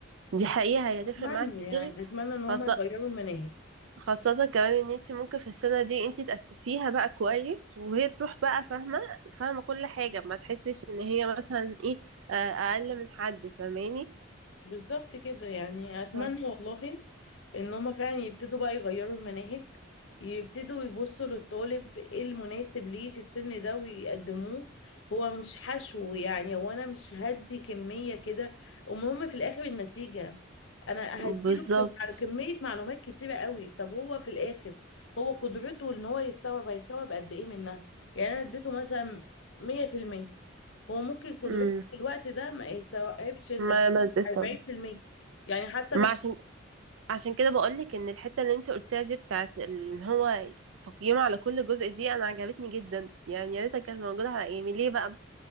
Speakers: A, on the right; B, on the left.
A: دي حقيقة هي هتفرق
B: اتمنى
A: معاك كتير
B: يعني اتمنى ان هم
A: خاصة
B: يغيروا المناهج
A: خاصة كمان ان انتي ممكن في السنة دي انتي تأسسيها بقى كويس وهي تروح بقى فاهمة فاهمة كل حاجة ما تحسش ان هي مثلا ايه آه، اقل من حد فاهماني
B: بالظبط كده يعني اتمنى
A: آه.
B: والله ان هما فعلا يبتدوا بقى يغيروا المناهج يبتدوا يبصوا للطالب ايه المناسب ليه في السن ده ويقدموه هو مش حشو يعني هو انا مش هدي كمية كده المهم في الاخر النتيجة انا
A: بالظبط
B: هديله كم- على كمية معلومات كتيرة قوي طب هو في الاخر هو قدرته ان هو يستوعب هيستوعب قد ايه منها يعني انا اديته مثلا 100% هو ممكن قدرته
A: امم
B: في الوقت ده ما يستوعبش الا
A: ما ما تسمع
B: 40% يعني حتى
A: ما
B: مش
A: عشان عشان كده بقولك ان الحته اللي انت قلتيها دي بتاعت ال- ان هو تقييم على كل جزء دي انا عجبتني جدا يعني يا ريتها كانت موجوده على ايامي ليه بقى